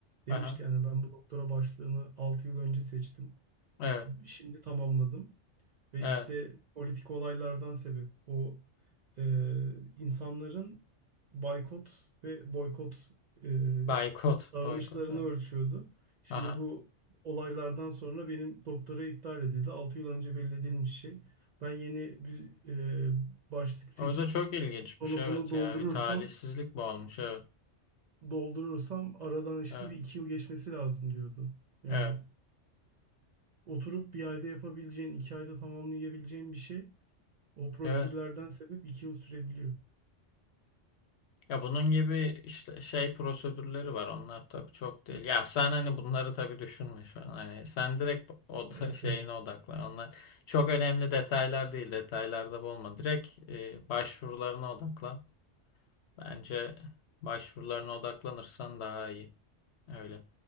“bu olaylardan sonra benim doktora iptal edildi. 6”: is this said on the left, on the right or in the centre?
Right